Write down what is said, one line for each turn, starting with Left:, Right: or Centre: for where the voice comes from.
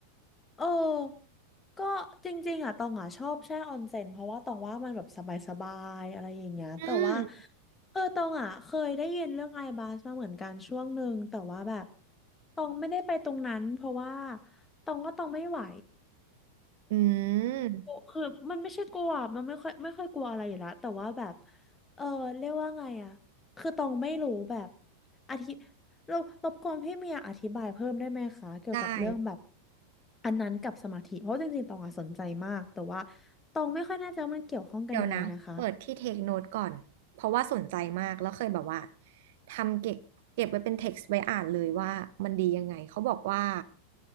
Left: เออก็จริงๆอ่ะตองอ่ะชอบแช่ออนเซ็นเพราะว่าตองว่ามันแบบสบายๆ อะไรอย่างเงี้ยแต่ว่า
Right: อืม
Left: เออตองอ่ะเคยได้ยินเรื่องไอบาสมาเหมือนกันช่วงหนึ่ง แต่ว่าแบบตองไม่ได้ไปตรงนั้นเพราะว่าตองว่าตองไม่ไหว
Right: อืม
Left: คือมันไม่ใช่กลัวมันไม่ค่อยไม่ค่อยกลัวอะไรอยู่แล้วแต่ว่าแบบเออเรียกว่าไงอะคือตองไม่รู้แบบอธิเรารบกวนพี่เมียอธิบายเพิ่มได้ไหมคะเกี่ยวกับเรื่องแบบ
Right: ได้
Left: อันนั้นกับสมาธิเพราะจริงๆตองอะสนใจมากแต่ว่าตองไม่ค่อยแน่ใจว่ามันเกี่ยวข้องกันยังไงนะคะ
Right: เดี๋ยวนะเปิดที่เทคโน t e ก่อนเพราะว่าสนใจมากแล้วเคยแบบว่าทำเก็บเก็บไว้เป็นเท็กซ์ไว้อ่านเลยว่ามันดียังไงเขาบอกว่า